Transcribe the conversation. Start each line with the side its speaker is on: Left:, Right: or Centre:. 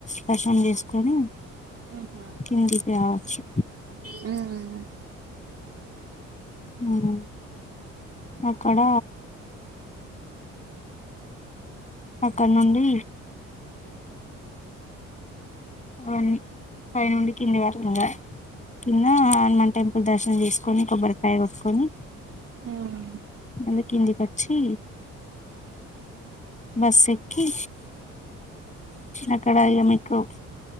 Left: దర్శనం చేసుకొని
Right: హుహు.
Left: కిందికి రావచ్చు
Right: హ్మ్.
Left: హ్మ్ అక్కడ అక్కడ నుండి అవన్నీ పైనుండి కింది వరకు కింద హనుమాన్ టెంపుల్ దర్శనం చేసుకు కోని కొబ్బరికాయ కొట్టుకొని
Right: హ్మ్.
Left: కందికి వచ్చి బస్ ఎక్కి అక్కడ ఏమీకు